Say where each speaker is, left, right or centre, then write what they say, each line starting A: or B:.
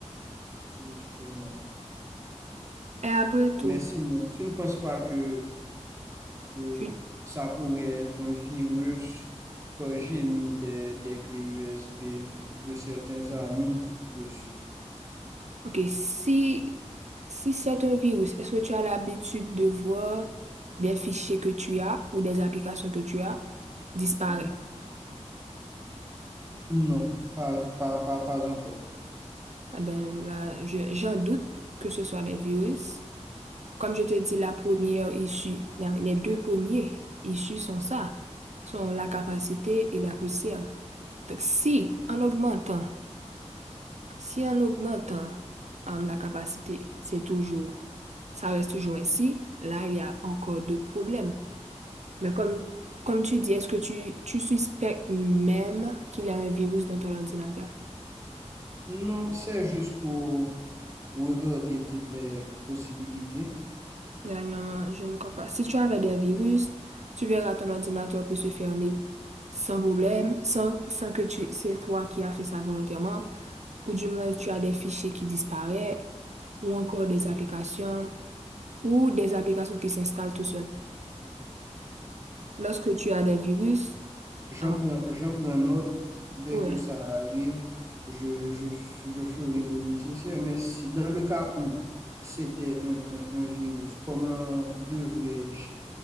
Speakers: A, on the right; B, on the right.
A: justement.
B: Et après tout,
A: Mais sinon, tu ne penses pas que, que
B: tu...
A: ça pourrait être un virus que j'ai mis des, des clés USB de certains amis dessus?
B: OK, si, si c'est un virus, est-ce que tu as l'habitude de voir des fichiers que tu as ou des applications que tu as disparaître?
A: Mhm. Non, pas, pas, pas, pas encore.
B: Eh bien, là, je- j'en doute que ce soit des virus. Comme je te dis, la première issue, la- les deux premiers issues sont ça, sont la capacité et la poussière. Donc, si en augmentant, si en augmentant euh, la capacité, c'est toujours, ça reste toujours ainsi, là, il y a encore d'autres problèmes. Mais comme, comme tu dis, est-ce que tu, tu suspectes même qu'il y a un virus dans ton ordinateur?
A: Non, c'est juste pour regarder toutes les possibilités.
B: Là, non, non, je ne crois pas. Si tu avais des virus, tu verras ton ordinateur peut se fermer sans problème, sans, sans que tu, c'est toi qui as fait ça volontairement, ou du moins tu as des fichiers qui disparaissent, ou encore des applications, ou des applications qui s'installent tout seul. Lorsque tu as des virus,
A: J'en
B: euh,
A: prends, j'en prends note. Dès
B: ouais.
A: que ça arrive, je, je, f- je ferai le nécessaire. Mais si, dans le cas où c'était un, un- un virus, comment devrais-je